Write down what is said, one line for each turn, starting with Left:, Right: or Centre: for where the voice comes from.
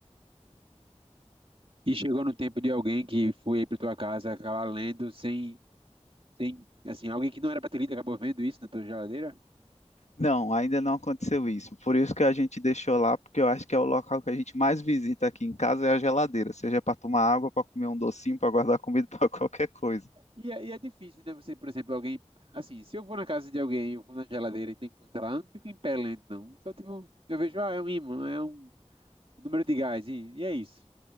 Right: E chegou no tempo de alguém que foi aí para tua casa acabar lendo sem, sem, assim, alguém que não era para ter lido acabou vendo isso na tua geladeira.
Left: Não, ainda não aconteceu isso. Por isso que a gente deixou lá, porque eu acho que é o local que a gente mais visita aqui em casa é a geladeira, seja para tomar água, para comer um docinho, para guardar comida, <laughs> para qualquer coisa.
Right: E é, e é difícil, né? Você, por exemplo, alguém, assim, se eu vou na casa de alguém, eu vou na geladeira e tem coisa lá, eu não fico em pé lendo, não. Só tipo, eu vejo, ah, é um ímã, é um número de gás, e, e é isso.